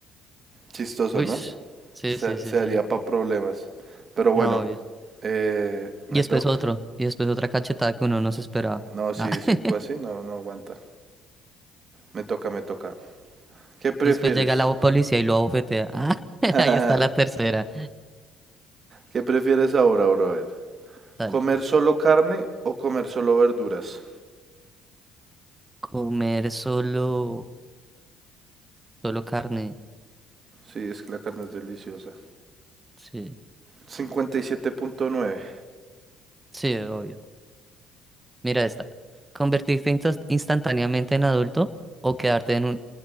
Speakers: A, on the right; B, on the right.
A: Chistoso,
B: Uy,
A: ¿no?
B: sí,
A: se,
B: sí, sí,
A: se
B: sí.
A: haría para problemas. Pero bueno,
B: No, obvio.
A: eh, me
B: Y después
A: toca.
B: otro. Y después otra cachetada que uno no se esperaba.
A: No, sí,
B: Ah, <laughs>
A: cinco así, no, no aguanta. Me toca, me toca. ¿Qué prefieres?
B: Y después llega la policía y lo abofetea. Ah, <laughs>
A: <laughs>
B: ahí está la tercera.
A: ¿Qué prefieres ahora, brother?
B: Dale.
A: ¿Comer solo carne o comer solo verduras?
B: Comer solo, solo carne.
A: Sí, es que la carne es deliciosa.
B: Sí,
A: cincuenta y siete punto nueve
B: sí, obvio. Mira esta. Convertirte instas- instantáneamente en adulto o quedarte en un,